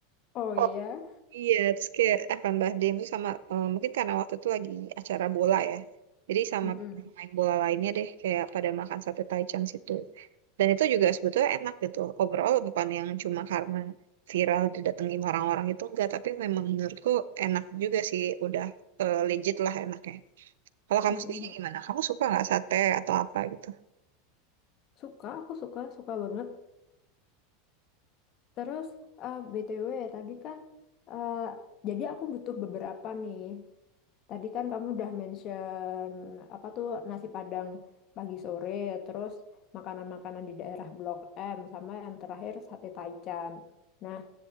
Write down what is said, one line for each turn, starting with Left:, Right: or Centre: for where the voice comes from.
Left: Oh iya.
Right: Oh, Iya, terus kayak Irfan Bahdim tuh sama eh, mungkin karena waktu itu lagi acara bola ya. Jadi sama
Left: Mm-mm.
Right: pemain bola lainnya deh kayak pada makan sate Taichan situ. Dan itu juga sebetulnya enak gitu. Overall bukan yang cuma karena viral didatengin orang-orang itu enggak, tapi memang menurutku enak juga sih, udah eh, legit lah enaknya. Kalau kamu
Left: Mm-mm.
Right: sendiri gimana? Kamu suka nggak sate atau apa gitu?
Left: Suka, aku suka, suka banget. Terus eh, BTW tadi kan eh, jadi aku butuh beberapa nih Tadi kan kamu udah mention apa tuh nasi Padang pagi sore, terus makanan-makanan di daerah Blok M sama yang terakhir sate Taichan. Nah,